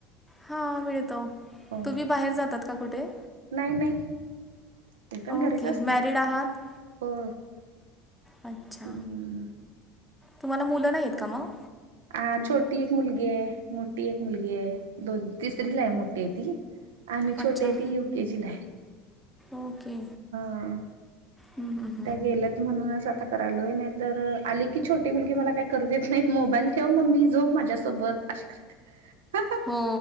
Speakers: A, in the centre; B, on the right (about 70°).
A: हा मिळतो
B: हो
A: तू बी बाहेर जातात का कुठे?
B: नाही नाही मी पण
A: ओके
B: घरीच असते.
A: मॅरिड आहात?
B: हो.
A: अच्छा.
B: हम्म
A: तुम्हाला मुलं नाहीत
B: आणि
A: का मग?
B: आ छोटी एक मुलगी आहे. मोठी एक मुलगी आहे. दोन-तिसरीला हाय मोठी आहे ती. आणि
A: अच्छा
B: छोटी ती यु. केे. जी. ला आहे.
A: ओके
B: हा
A: हम्.
B: त्या गेल्यात म्हणूनच आता करायलोय. नाही तर आली की छोटी मुलगी मला काय करू देत नाहीत. मोबाईल ठेवून मम्मी जोप माझ्यासोबत अशी करते.
A: हो